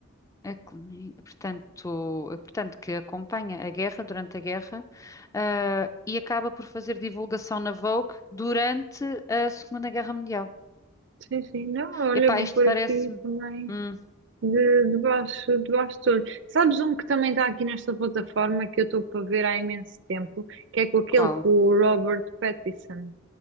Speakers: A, on the left; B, on the right.
A: a cloni- portanto, portanto, que acompanha a guerra, durante a guerra, ah, e acaba por fazer divulgação na Vogue durante a Segunda Guerra Mundial.
B: sim, sim. Não, olha,
A: Epá,
B: vou
A: isto
B: por
A: parece-me...
B: aqui também
A: Hum,
B: de, de baixo, de baixo de tudo. Sabes um que também está aqui nesta plataforma que eu estou para ver há imenso tempo, que é com aquele
A: qual?
B: com o Robert Pattinson,